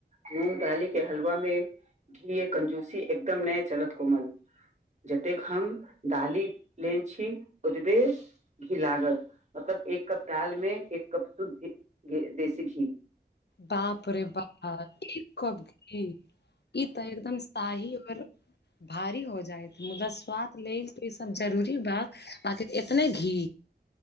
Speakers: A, on the right; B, on the left.
A: मूगदाली के हलवा में घी कंजूसी एकदम नय चलत कोमल जतेक हम दाली लेन छी ओतबे घी लागत मतलब एक कप दाल मे एक कप शुद्ध देसी घी
B: बापरे बाप एक कप घी ई तऽ एकदम शाही आओर भारी हो जा जा मुदा स्वाद लेल तो ई सब जरूरी बा बाकि एतने घी